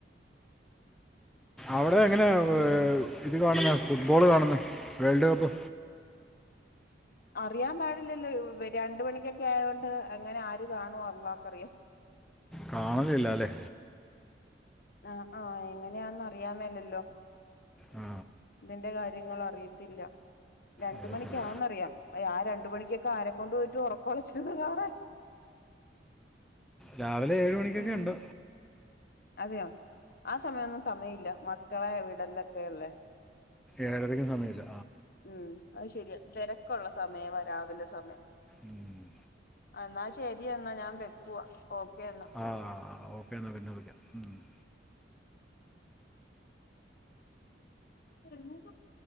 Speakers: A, in the centre; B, on the left (about 55°).
A: അവിടെ എങ്ങനെയാ
B: ഉം
A: ഇത് കാണ്ന്നെ ഫുട്ബോള് കാണ്ന്നെ വേൾഡ് കപ്പ്
B: അറിയാമ്പാടില്ലല്ലോ ഇവര് രണ്ട് മണിക്കൊക്കെ ആയോണ്ട് എങ്ങനെ ആര് കാണും അള്ളക്കറിയാം
A: കാണലില്ലലേ
B: ആഹ ആഹ എങ്ങനെയാന്ന് അറിയാമേലല്ലോ
A: ആ
B: ന്റെ കാര്യങ്ങള അറിയത്തില്ല രണ്ട്
A: അറിയത്തില്ല
B: മണിക്കാന്നറിയാം ആ രണ്ടു മണിക്കൊക്ക ആരെക്കൊണ്ട് പറ്റും ഒറക്കൊളച്ചിര്ന്ന് ഹഹ കാണാൻ
A: രാവിലെ ഏഴ് മണിക്കൊക്കെ
B: ഉം
A: ണ്ട്
B: അതെയോ ആ സമയന്നും സമയം ഇല്ല മക്കളെ വിടലൊക്കെ അല്ലെ
A: ഏഴരയ്ക്കും സമയല്ല
B: ഉം അത് ശരിയാ തെര ക്കുള്ള സമയം വരാവില സമയം
A: ഉം <inaudible>
B: ആ ന്നാ ശരി എന്നാൽ ഞാൻ വെക്വാ ഓക്കെ ന്നാ
A: ആ ഓക്കെ എന്നാൽ പിന്നെ <unintelligible>
B: ഏ <unintelligible>